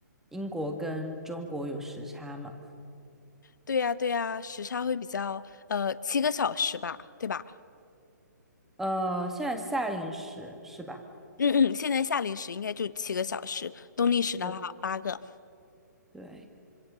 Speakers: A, in the centre; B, on the left.
A: 英国跟中国有时差嘛。
B: 对呀，对呀，时差会比较，呃，七个小时吧，对吧？
A: 呃，现在夏令时是吧？
B: 嗯嗯，现在夏令时应该就七个小时，冬令时的话八个。
A: 对对，